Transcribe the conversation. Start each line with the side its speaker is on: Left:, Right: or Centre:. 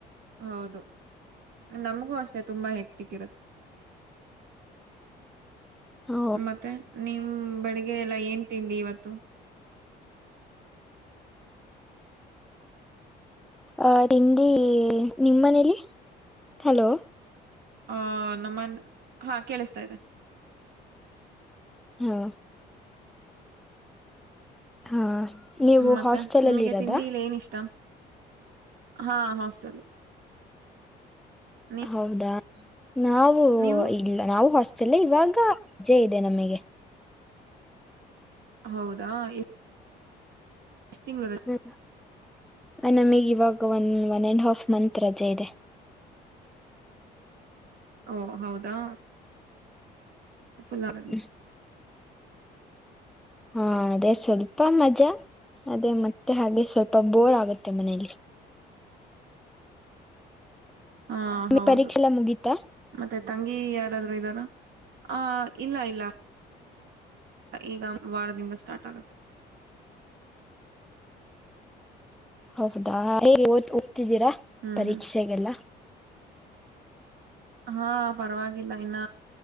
Right: ಹೌದು ನಮಗೂ ಅಷ್ಟೆ ತುಂಬಾ ಹೆಟ್ಟಿಗಿರುತ್ತೆ
Centre: ಹ
Right: ಮತ್ತೆ ನಿಮ ಬೆಳಿಗ್ಗೆ ಎಲ್ಲ ಏನ್ ತಿಂಡಿ ಇವತ್ತು
Centre: ಅ ತಿಂಡಿ ನಿಮ್ಮ ಮನೇಲಿ ಹಲೋ
Right: ಆ ನಮ್ಮನ್ ಹಾ ಕೇಳಿಸ್ತಾ ಇದೆ್ಮ
Centre: ಹಾ ಹಾ ನೀವು
Right: ಮತ್ತೆ
Centre: ಹಾಸ್ಟೆಲ್
Right: ನಿಮಗೆ
Centre: ಅಲ್ಲಿ ಇರೋದಾ
Right: ತಿಂಡಿ ಇಲ್ಲಿ ಏನಷ್ಟ ಹಾ ಹಾಸ್ಟೆಲ್ ನೀ
Centre: ಹೌದಾ ನಾವು
Right: ನೀವು
Centre: ಇಲ್ಲ ನಾವು ಹಾಸ್ಟೆಲ್ ಇವಾಗ ಅಜ್ಜೆ ಇದೆ ನಮಗೆ.
Right: ಹೌದಾ ಏ <unintelligible>
Centre: ಹ್ಮ ನಮಗ್ ಇವಾಗ one one and half month ರಜೆ ಇದೆ.
Right: ಓ ಹೌದಾ. <unintelligible>
Centre: <unintelligible> ಹಾ ಅದೇ ಸ್ವಲ್ಪ ಮಜಾ ಅದೇ ಮತ್ತೆ ಹಾಗೆ ಸ್ವಲ್ಪ ಬೋರ್ ಆಗುತ್ತೆ ಮನೇಲಿ.
Right: ಹಾ
Centre: ನಿಮಗೆ
Right: ಹೌದು
Centre: ಪರೀಕ್ಷೆ ಎಲ್ಲ ಮುಗೀತಾ
Right: ಅದೇ ತಂಗಿ ಯಾರಾದ್ರು ಇದ್ದಾರ ಆ ಇಲ್ಲ ಇಲ್ಲ. ಈಗ ವಾರದಿಂದ ಸ್ಟಾರ್ಟ್ ಆಗುತ್ತೆ.
Centre: ಹೌದಾ ಹೇಗೆ ಓದ್ತಾ ಇದೀರಾ
Right: ಹ್ಮ್
Centre: ಪರೀಕ್ಷೆಗೆಲ್ಲ.
Right: ಹಾ ಪರವಾಗಿಲ್ಲ ಇನ್ನ